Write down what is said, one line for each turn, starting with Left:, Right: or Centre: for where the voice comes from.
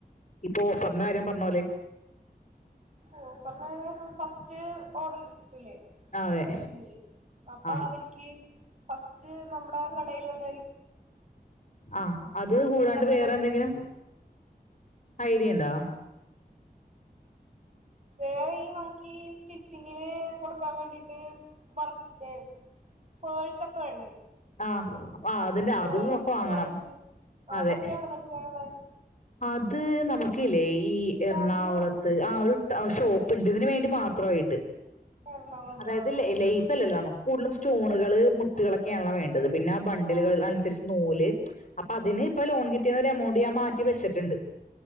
Left: ഇപ്പൊ ഓഫറിന്റെ കാര്യം പറഞ്ഞ പോലെ
Right: ഓഫർ <unintelligible> ഫസ്റ്റ് ഓർഡർ കിട്ടൂല്ലേ
Left: ആ അതെ
Right: സ്റ്റിച്ചിങ് ചെയ് അപ്പൊ
Left: ആ
Right: അവരിക്ക് ഫസ്റ്റ് നമ്മുടെ കടേൽ വന്ന
Left: ആഹ് അത് കൂടാണ്ട്
Right: ഫസ്റ്റ്
Left: വേറെ
Right: പർച്ചേസ്
Left: എന്തെങ്കിലും ഐഡിയ ഇണ്ടാ
Right: വേ ഈ നോക്കീസ് സ്റ്റിച്ചിങ്ങില് കൊടുക്കാൻ വേണ്ടിട്ട് <unintelligible> പേൾസ് ഒക്കെ വേണ്ടേ
Left: ആഹ് അതിന്റെ അതും
Right: പേൾസ്
Left: ഒക്കെ വാങ്ങണം
Right: സ്റ്റോൺസ്
Left: അതെ
Right: അതൊക്കെ എവിടെന്ന് എടുക്കാനാ പ്ലാൻ
Left: അത് നമുക്കില്ലേ ഈ എറണാകുളത്ത്
Right: ബാംഗ്ലൂരാണോ
Left: ആ ഒരു ട്ട ഷോപ്പ് ഉണ്ട് ഇതിന് വേണ്ടി മാത്രമായിട്ട്
Right: എറണാകുളത്താണോ
Left: അതായത് ലൈസ് അല്ലല്ലോ നമ കൂടുതലും സ്റ്റോണുകള് മുത്തുകളൊക്കെയ ആണല്ല വേണ്ടത് പിന്നെ ബണ്ടിലുകൾ
Right: ആഹ്
Left: അനുസരിച്ച് നൂല് അപ്പൊ അതിന് ഇപ്പൊ ലോൺ കിട്ടിയ ഒരു എമൗണ്ട് ഞാൻ മാറ്റി വെച്ചിട്ടുണ്ട്